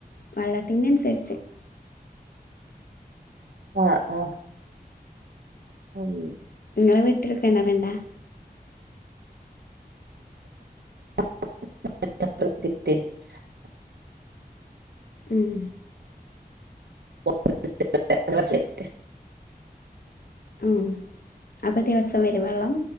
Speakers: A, on the left; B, on the right.
A: വെള്ളത്തിന്റെ അനുസരിച്ച്
B: ആഹ് ആഹ്. അത് ശെരി.
A: നിങ്ങളെ വീട്ടില് കെണറിണ്ടാ?
B: <unintelligible>
A: ഉം.
B: <unintelligible>
A: ആഹ് അപ്പ ദിവസം വരോ വെള്ളം